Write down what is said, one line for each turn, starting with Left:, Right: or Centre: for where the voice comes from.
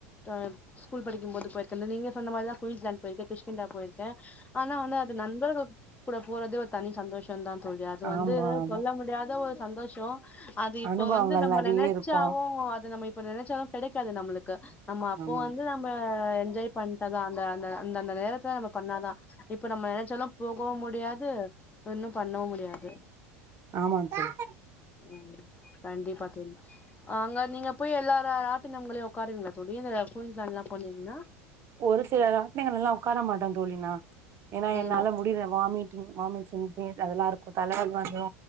Left: ஆ ஸ்கூல் படிக்குபோது போயிருக்கேன் நீங்க சொன்ன மாறிதா குயின்ஸ் லாண்ட் போயிருக்கேன் கிஷ்கிந்தா போயிருக்கேன் ஆனா வந்து அது நண்பர்களுக் கூட போறது ஒரு தனி சந்தோஷ தா தோழி அது வந்து
Right: ஆமா ஆமா
Left: சொல்ல முடியாத ஒரு சந்தோஷம் அது இப்ப
Right: அனுபவங்கள்
Left: வந்து நம்ம
Right: நெறைய
Left: நெனைச்
Right: இருக்கு
Left: ச்சாலு அது நம்ம இப்ப நினைச்சாலு கிடைக்காது நம்மளுக்கு நம்ம அப்போ
Right: ஆமா
Left: வந்து நம்ப இப்ப என்ஜாய் பண்ட்டாதா அந்த அந்த அந்தந்த நேரத்துல நம்ப பண்ணாதா இப்ப நம்ப நெனைச்சாலு போகவு முடியாது ஒன்னு பண்ணவு முடியாது
Right: ஆமா சார்
Left: ம் கண்டிப்பா தோழி அங்க நீங்க போய் எல்லா ராட்டினங்களையு ஒக்காருவிங்ளா தோழி இந்த குயின்ஸ்லாண்லா போனீங்னா
Right: ஒரு சில ராட்டினங்கல்லா ஒக்கார மாட்டே தோழி நா ஏன்னா
Left: ம்
Right: என்னால முடில வாமிட் டிங் வாமிட் சென்சிங் அதெல்லா இருக்கு தலவலி ரு